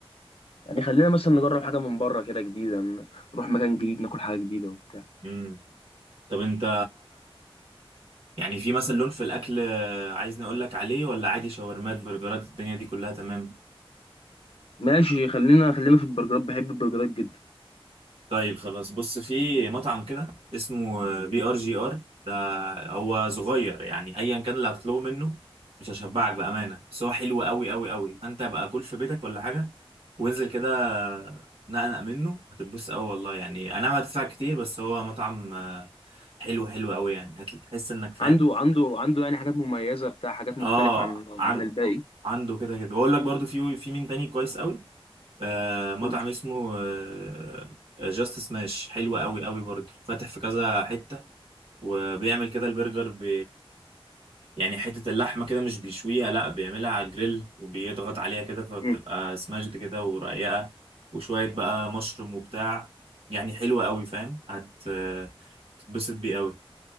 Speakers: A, on the left (about 70°); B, on the right (about 70°).
A: يعني خلينا مثلا نجرب حاجه من بره كده جديده ن- نروح مكان جديد ناكل حاجه جديده وبتاع
B: امم طب انت يعني في مثلا لون في الاكل آه، عايزني اقول لك عليه ولا عادي شاورمات برجرات الدنيا دي كلها تمام
A: ماشي خلينا خلينا في البرجرات بحب البرجرات جدا
B: طيب خلاص بص في مطعم كده اسمه بي ار جي ار ده هو صغير يعني ايا كان اللي هتطلبه منه مش هشبعك بامانه بس هو حلو قوي قوي قوي فانت بقى كل في بيتك ولا حاجه وانزل كده نقنق منه هتتبسط قوي والله يعني انا ما هتدفع كتير بس هو مطعم آه، حلو حلو قوي يعني هتحس انك فاهم
A: عنده عنده عنده يعني حاجات مميزه بتاع حاجات مختلفه
B: اه
A: عن عن
B: عن
A: الباقي
B: عنده كده كده واقول لك برضو في في مين تاني كويس قوي آه مطعم
A: قول
B: اسمه آه جاست سماش حلو قوي قوي برضه فاتح في كذا حتة وبيعمل كده البرجر ب يعني حتة اللحمة كده مش بيشويها لا بيعملها على الجريل وبيضغط عليها كده فبتبقى
A: مم.
B: سماشد كده ورقيقة وشوية بقى مشروم وبتاع يعني حلوة قوي فاهم هتتبسط بيه قوي